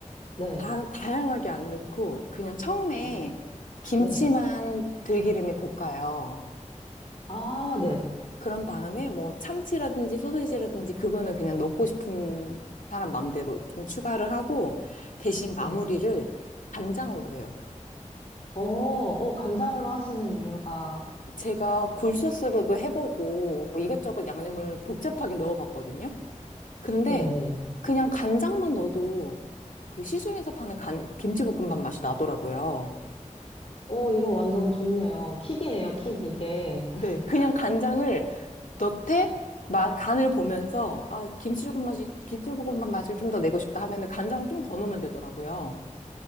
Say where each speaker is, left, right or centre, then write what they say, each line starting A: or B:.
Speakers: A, on the left (about 50°); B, on the left (about 85°).
A: 네,
B: 다, 다양하게 안 넣고 그냥 처음에
A: 네,
B: 김치만
A: 네.
B: 들기름에 볶아요.
A: 아, 네,
B: 그런 다음에 뭐 참치라든지 소시지라든지 그거는 그냥 넣고 싶은 사람 맘대로 좀 추가를 하고 대신 마무리를
A: 네.
B: 간장으로 해요.
A: 어, 어, 간장으로 하시는 이유가,
B: 제가 굴소스로도 해보고 뭐 이것저것 양념을 복잡하게 넣어봤거든요. 근데
A: 네네.
B: 그냥 간장만 넣어도 그 시중에서 파는 간, 김치볶음밥 맛이 나더라고요.
A: 어, 이거 완전 좋네요. 킥이네요, 킥, 이게.
B: 네,
A: <laughs>
B: 그냥 간장을 넣되 마, 간을 보면서 아, 김치 조금 맛이 김치볶음밥 맛을 좀 더 내고 싶다 하면은 간장을 좀 더 넣으면 되더라고요.